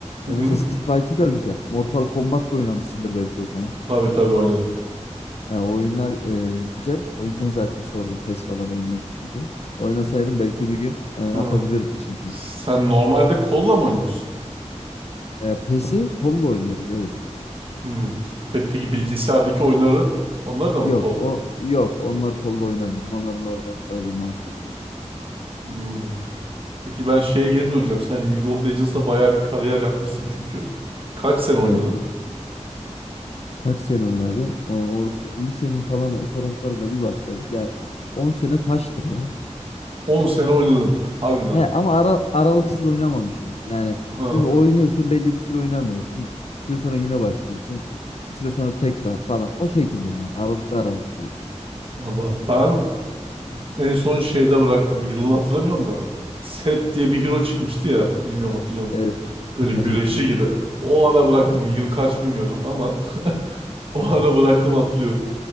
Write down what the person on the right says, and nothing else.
Hı
hı.
Tabii tabii oynadım.
Hı.
Sen normalde kolla mı oynuyorsun?
Hmm. Pe- Peki bilgisayardaki oyunları onları da
mı kol?
Hmm. Peki ben şeye geri döneceğim. Sen League of Legends'da bayağı bir kariyer yapmışsın çünkü. Kaç sene oynadın?
10 sene oynadın. Harbiden.
Ha.
Valla ben en son şeyde bıraktım. Yılını hatırlamıyorum da. Set diye bir hero çıkmıştı ya. Bilmiyorum hatırlıyor musun?
Böyle güreşçi
gibi. O ara bıraktım.
Yıl kaç bilmiyorum ama <laughs> o ara bıraktım hatırlıyorum.